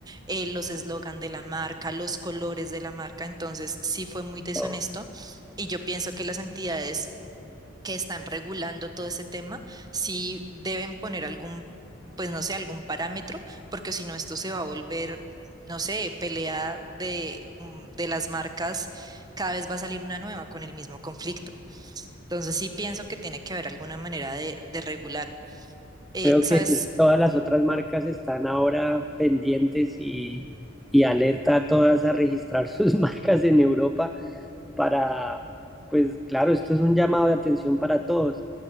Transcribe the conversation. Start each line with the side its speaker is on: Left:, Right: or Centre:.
Right: eh, los eslogan de la marca, los colores de la marca. Entonces, sí fue muy deshonesto.
Centre: Oh,
Right: Y yo pienso que las entidades que están regulando todo ese tema, sí deben poner algún, pues no sé, algún parámetro, porque si no esto se va a volver, no sé, pelea de, mm, de las marcas, cada vez va a salir una nueva con el mismo conflicto. Entonces sí pienso que tiene que haber alguna manera de, de regular. Eh,
Centre: creo
Right: ¿sabes?
Centre: que todas las otras marcas están ahora pendientes y, y alerta a todas a registrar sus <laughs> marcas en Europa para, pues claro, esto es un llamado de atención para todos.